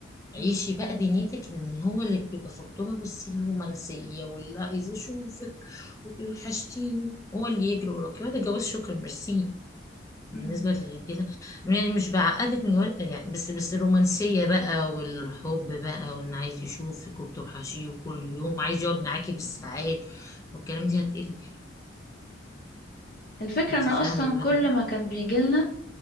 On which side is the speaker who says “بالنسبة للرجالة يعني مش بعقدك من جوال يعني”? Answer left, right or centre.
Left